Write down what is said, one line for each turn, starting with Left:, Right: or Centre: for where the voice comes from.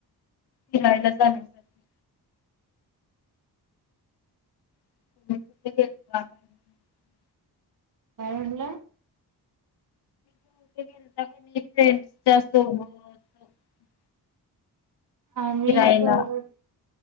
Left: फिरायला जाण्यासाठी <inaudible>
Right: काय म्हणला?
Left: <unintelligible> फ्रेंडच्या सोबत
Right: आम्ही
Left: फिरायला?
Right: <unintelligible>